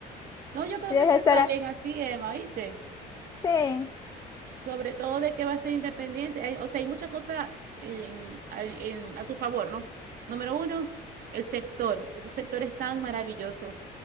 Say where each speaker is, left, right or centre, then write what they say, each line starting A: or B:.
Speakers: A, on the right (about 60°); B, on the left (about 20°).
A: No, yo creo
B: Y
A: que
B: dije,
A: eso está
B: ¿será?
A: bien así, Emma, ¿viste?
B: Sí,
A: Sobre todo de que va a ser independiente. Hay- o sea, hay muchas cosas en- a en- a tu favor, ¿no? Número uno, el sector. Ese sector es tan maravilloso.